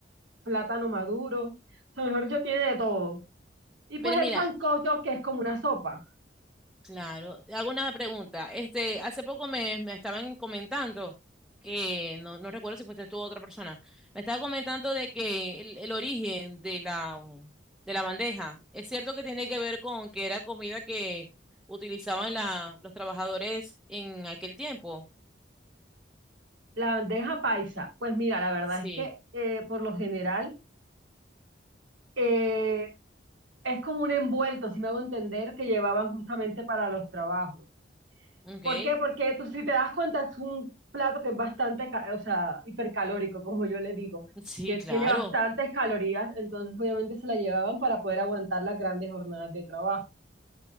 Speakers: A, on the right (about 85°); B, in the centre.
A: plátano maduro. O sea, mejor yo tiene de todo. Y pues
B: Pero mira,
A: el sancocho, que es como una sopa.
B: Claro, te hago una pregunta. Este, hace poco me, me estaban comentando que no, no recuerdo si fuiste tú o otra persona. Me estaba comentando de que el, el origen de la de la bandeja es cierto que tiene que ver con que era comida que utilizaban la, los trabajadores en aquel tiempo.
A: La bandeja paisa, pues mira, la verdad
B: Sí,
A: es que eh, por lo general eh, es como un envuelto, si me hago entender, que llevaban justamente para los trabajos.
B: okay.
A: ¿Por qué? Porque tú, si te das cuenta, es un plato que es bastante, ca- o sea, hipercalórico, como yo le digo,
B: Sí,
A: que
B: claro,
A: tiene bastantes calorías, entonces obviamente se la llevaban para poder aguantar las grandes jornadas de trabajo.